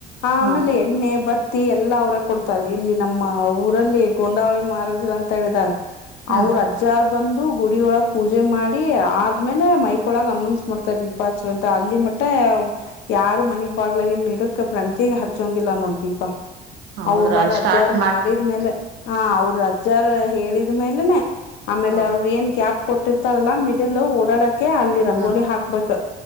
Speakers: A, on the left; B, on the right.
A: ಆಮೇಲೆ
B: ಹಾ
A: ಎಣ್ಣೆ ಬತ್ತಿ ಎಲ್ಲಾ ಅವ್ರ ಕೊಡ್ತಾರೆ ಇಲ್ಲಿ ನಮ್ಮ ಊರಲ್ಲಿ ಗೋಂದಾವಳಿ ಮಹಾರಾಜರ ಅಂತ ಹೇಳಿದಾರ.
B: ಹ್ಮ್
A: ಅವ್ರ ಅಜ್ಜಾರ್ ಬಂದು ಗುಡಿ ಓಳಗ ಪೂಜೆ ಮಾಡಿ ಆದ್ಮೇಲೆ ಮೈಕ್ ಒಳಗ ಅನೌನ್ಸ್ ಮಾಡ್ತೀತಿ. <unintelligible> ಅಲ್ಲಿ ಮಟ್ಟ ಯಾರು ಮನಿ ಬಾಗ್ಲಾಗಿನ್ ಇದ ಪ್ರಂತಗೆ ಹಚ್ಹೋಗಿಲ್ಲ ನೋಡ ದೀಪಾ.
B: ಹೌದ್ರ
A: ಅವರು ಬಂದ್
B: ಅಲ್ಲಿ
A: ಅಜ್ಜಾರ್
B: ಸ್ಟಾರ್ಟ್
A: ಮಾಡಿದ್ಮೇಲೆ ಹಾ ಅವ್ರ ಅಜ್ಜಾರ್ ಹೇಳಿದ್ಮೇಲೆನೆ. ಆಮೇಲೆ
B: ಹಾ
A: ಅವರು ಏನ್ ಗ್ಯಾಪ್ ಕೊಟ್ಟಿರ್ತಾರಲ್ಲ ಮಿಡಿಲ್ ಓಡಾಡಕ ಅಲ್ಲಿ ರಂಗೋಲಿ
B: ಹಾ
A: ಹಾಕ್ಬೇಕ